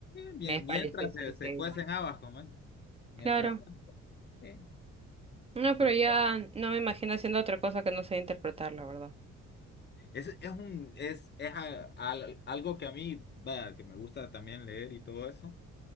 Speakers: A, on the left; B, on the right.
A: mie-
B: me despalicé,
A: mientras
B: se
A: se,
B: dice,
A: se cuecen
B: ¿no?
A: habas, como es. Mientras
B: Claro,
A: tanto. sí,
B: no, pero
A: pero
B: ya
A: está bien.
B: no me imagino haciendo otra cosa que no sea interpretar, la verdad.
A: es, es un, es, es a- al- algo que a mí, vaya, que me gusta también leer y todo eso.